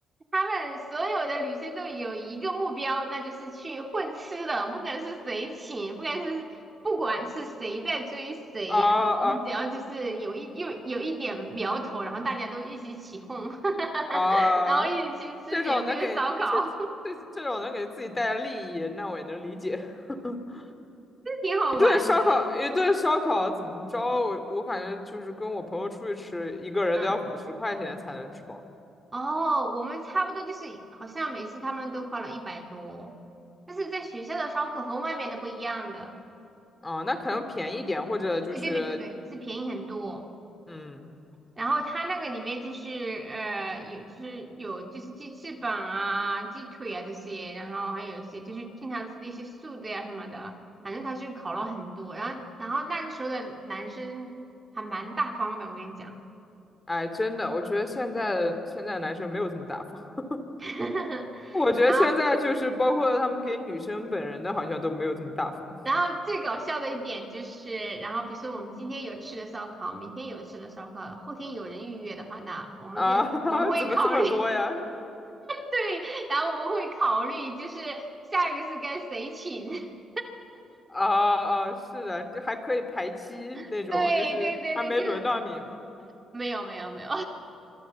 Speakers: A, on the right; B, on the left.
A: 他们所有的女生都有一个目标，那就是去混吃的，不管是谁请，不管是不管是谁在追谁，
B: 啊啊，
A: 然后我们只要就是有一有有一点苗头，然后大家都一起起哄，<laughs>
B: 啊，
A: 然后一起去吃免费的烧烤，
B: 这种能给这这这这种能给自己带来利益，
A: <laughs>
B: 那我也能理解。<laughs>
A: 这挺好玩的。
B: 一顿烧烤，一顿烧烤怎么着？我我感觉就是跟我朋友出去吃，一个人都要五十块钱才能吃饱。
A: 嗯，哦，我们差不多就是好像每次他们都花了一百多，但是在学校的烧烤和外面的不一样的。
B: 啊，那可能便宜点，或者就是，
A: 对对对对对，是便宜很多。
B: 嗯，
A: 然后他那个里面就是呃有就是有就是鸡翅膀啊、鸡腿啊这些，然后还有一些就是经常吃的一些素的呀、什么的，反正他是烤了很多。然后然后那个时候的男生还蛮大方的，我跟你讲。
B: 哎，真的，我觉得现在现在男生没有这么大方。<laughs>
A: <laughs>
B: 我觉得现在就是包括他们给女生本人的，
A: 然后
B: 好像都没有这么大方
A: 然后最搞笑的一点就是，然后比如说我们今天有吃的烧烤，明天有吃的烧烤，后天有人预约的话，那我们这我们会考虑，
B: 啊，<laughs> 怎么这么多呀？
A: <laughs> 对，然后我们会考虑就是下一个是该谁请。<laughs>
B: 啊啊，是的，就还可以排期那种，
A: <laughs> 对对对对，
B: 就是还没轮到你呢。
A: 就是没有没有没有，